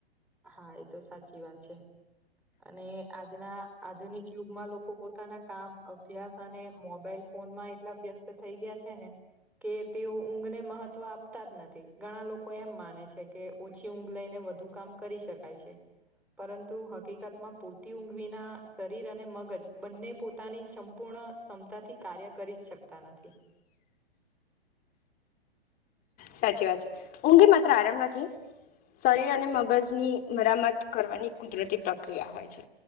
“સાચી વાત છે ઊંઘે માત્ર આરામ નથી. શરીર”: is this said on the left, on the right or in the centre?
Left